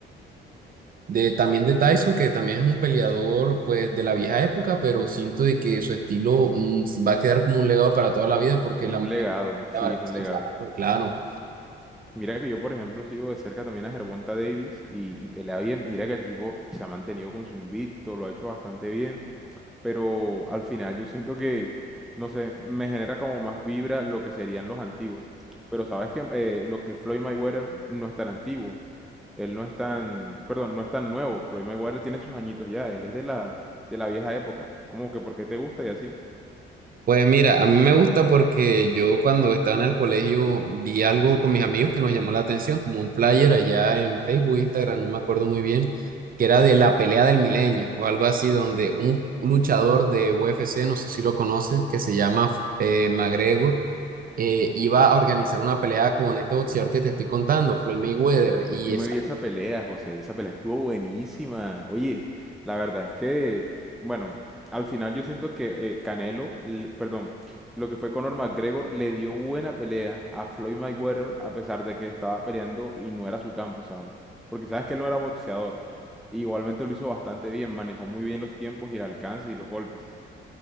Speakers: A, on the right; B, in the centre.
A: de, también de Tyson, que también es un peleador pues de la vieja época, pero siento de que su estilo mm, va a quedar como un legado para toda la vida porque
B: es
A: la
B: un
A: manera,
B: legado, sí, es un
A: sí,
B: legado.
A: claro, claro.
B: Mira que yo, por ejemplo, sigo de cerca también a Gervonta Davis y, y pelea bien. Mira que el tipo se ha mantenido con su invicto, lo ha hecho bastante bien. pero al final yo siento que, no sé, me genera como más vibra lo que serían los antiguos. Pero sabes que eh, lo que Floyd Mayweather no es tan antiguo, él no es tan, perdón, no es tan nuevo. Floyd Mayweather tiene sus añitos ya, él es de la, de la vieja época. Como que porque te gusta y así.
A: Pues mira, a mí me gusta porque yo cuando estaba en el colegio vi algo con mis amigos que nos llamó la atención, como un flyer allá en Facebook, Instagram, no me acuerdo muy bien, que era de la pelea del milenio o algo así, donde un luchador de UFC, no sé si lo conoces, que se llama eh, McGregor eh, iba a organizar una pelea con este boxeador que te estoy contando, Floyd Mayweather, y
B: Yo me
A: esa...
B: vi esa pelea, José. Esa pelea estuvo buenísima. Oye, la verdad es que, bueno, al final yo siento que eh, Canelo, le- perdón, lo que fue Conor McGregor le dio buena pelea a Floyd Mayweather a pesar de que estaba peleando y no era su campo, ¿sabes? Porque sabes que él no era boxeador. Igualmente lo hizo bastante bien, manejó muy bien los tiempos y el alcance y los golpes.